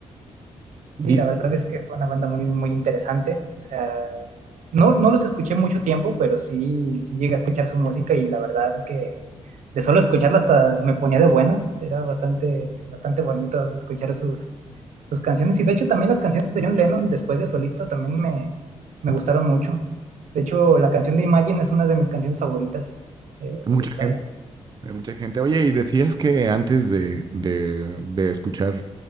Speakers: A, on the right (about 75°); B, on the right (about 35°).
A: Sí,
B: Dices,
A: la verdad es que fue una banda muy, muy interesante. O sea, no, no los escuché mucho tiempo, pero sí, sí llegué a escuchar su música y la verdad que de solo escucharla hasta me ponía de buenas. Era bastante, bastante bonito escuchar sus, sus canciones. Y de hecho también las canciones de John Lennon después de solista también me, me gustaron mucho. De hecho, la canción de Imagine es una de mis canciones favoritas de,
B: Mucha
A: de la historia.
B: gente. De mucha gente. Oye, y decías que antes de, de, de escuchar